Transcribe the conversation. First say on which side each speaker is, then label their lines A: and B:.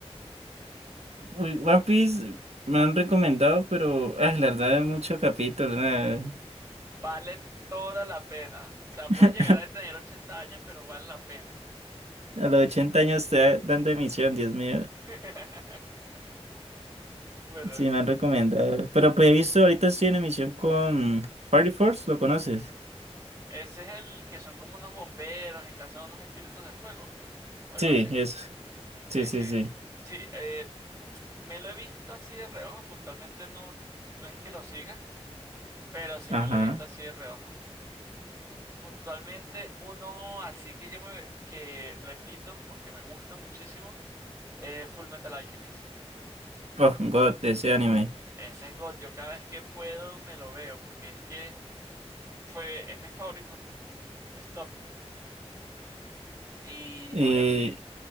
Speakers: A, on the right (about 75°); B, on the right (about 25°).
A: Uy, One Piece me lo han recomendado, pero ay, la verdad es mucho capítulo. nada.
B: Vale toda la pena. O sea,
A: <laughs>
B: puedes llegar a tener 80 años, pero vale la pena.
A: A los 80 años te dan de emisión, Dios mío.
B: <laughs> Bueno,
A: Sí, me han recomendado. Pero pues he visto, ahorita estoy en emisión con Party Force, ¿lo conoces?
B: ese es el que son como unos bomberos y cazan unos espíritus de fuego o algo
A: Sí,
B: así.
A: eso.
B: Sí,
A: Sí, sí,
B: Sí,
A: sí.
B: sí. Sí, Sí, eh, me lo he visto así de reojo. Puntualmente no, no es que lo siga, pero sí
A: Ajá.
B: me lo he visto así de reojo. Puntualmente uno, así que yo me que repito porque me gusta muchísimo, eh, Full Metal Alchemist.
A: Oh, God, ese anime.
B: Ese es God. Yo cada vez que puedo me lo veo porque es que Fue, es mi favorito. Stop. Y
A: Eh,
B: obviamente,